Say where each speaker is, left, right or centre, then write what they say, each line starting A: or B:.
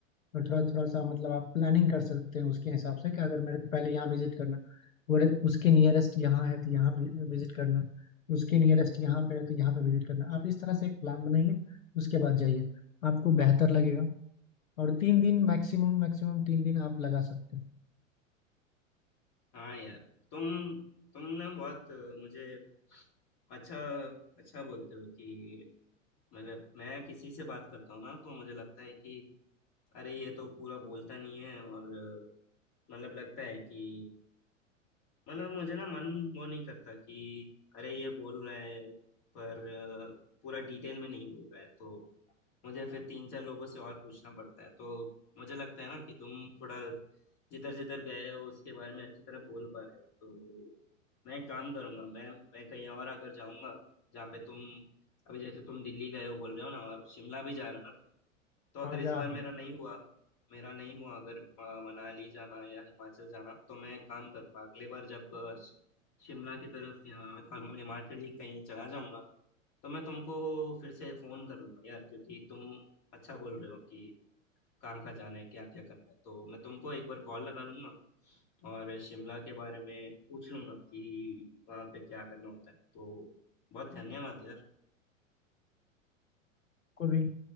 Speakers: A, on the left (about 80°); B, on the left (about 45°).
A: और थोड़ा थोड़ा सा मतलब आप प्लानिंग कर सकते हैं उसके हिसाब से कि अगर मेरे को पहले यहाँ विजिट करना और उसके नियरेस्ट यहाँ है तो यहाँ विजिट करना उसके नियरेस्ट यहाँ पे है तो यहाँ पे विजिट करना आप इस तरह से एक प्लान बनाइए उसके बाद जाइए आपको बेहतर लगेगा और तीन दिन मैक्सिमम मैक्सिमम तीन दिन आप लगा सकते हैं
B: हाँ यार तुम तुम ना बहुत अ, मुझे अच्छा अच्छा बोलते हो कि मतलब मैं किसी से बात करता हूँ ना तो मुझे लगता है कि अरे ये तो पूरा बोलता नहीं है और अ, मतलब लगता है कि मतलब मुझे ना मन वो नहीं करता कि अरे ये बोल रहा है पर अ, पूरा डिटेल में नहीं बोल रहा है तो मुझे फिर तीन चार लोगों से और पूछना पड़ता है तो मुझे लगता है ना कि तुम थोड़ा जिधर जिधर गए हो उसके बारे में अच्छी तरह बोल पा रहे हो तो मैं एक काम करूंगा मैं मैं कहीं और अगर जाऊंगा जहाँ पे तुम अभी जैसे तुम दिल्ली गए हो बोल रहे हो ना और शिमला भी जा रहे हो ना तो अगर
A: हाँ
B: इस
A: जा
B: बार मेरा नहीं हुआ मेरा नहीं हुआ अगर अ, मनाली जाना या हिमाचल जाना तो मैं एक काम करूंगा अगले बार जब अ, शिमला की तरफ या हम- हिमाचल ही कहीं चला जाऊंगा तो मैं तुमको फिर से फोन कर लूंगा यार क्योंकि तुम अच्छा बोल रहे हो कि कहाँ कहाँ जाना है क्या क्या करना है तो मैं तुमको एक बार कॉल लगा लूंगा और शिमला के बारे में पूछ लूंगा कि वहाँ पे क्या करना होता है तो बहुत धन्यवाद यार
A: कोई भी